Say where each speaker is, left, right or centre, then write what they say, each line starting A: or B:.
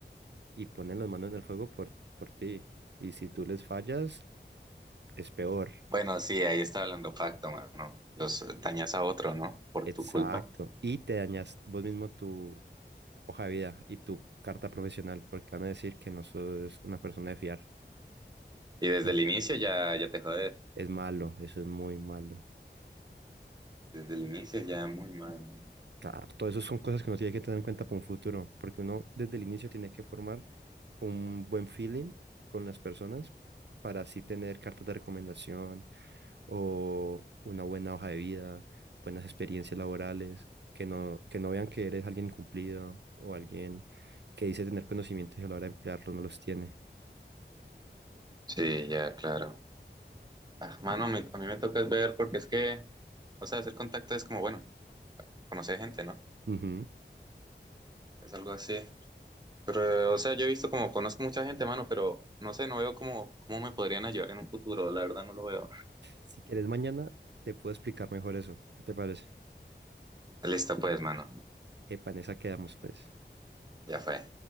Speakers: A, on the right (about 70°); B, on the right (about 20°).
A: y ponen las manos en el fuego por, por ti. Y si tú les fallas, es peor.
B: Bueno, sí, ahí está hablando pacto, mano. Los dañas a otro, ¿no? Por
A: Exacto.
B: tu culpa.
A: Y te dañas vos mismo tu hoja de vida y tu carta profesional porque van a decir que no sos una persona de fiar.
B: Y desde
A: Y
B: el inicio ya, ya te jodes.
A: es malo, eso es muy malo.
B: Desde el inicio ya muy mal.
A: Claro, todo eso son cosas que uno tiene que tener en cuenta para un futuro, porque uno desde el inicio tiene que formar un buen feeling con las personas para así tener cartas de recomendación o una buena hoja de vida, buenas experiencias laborales, que no, que no vean que eres alguien cumplido o alguien que dice tener conocimientos y a la hora de emplearlo no los tiene.
B: Sí, ya, claro. Ah, mano, me- a mí me toca es ver porque es que, o sea, hacer contacto es como, bueno, conocer gente, ¿no?
A: Ujú.
B: Es algo así. Pero, o sea, yo he visto como, conozco mucha gente, mano, pero no sé, no veo cómo, cómo me podrían ayudar en un futuro, la verdad no lo veo.
A: Si quieres mañana, te puedo explicar mejor eso. ¿Qué te parece?
B: Listo, pues, mano,
A: Epa, en esa quedamos pues.
B: ya fue.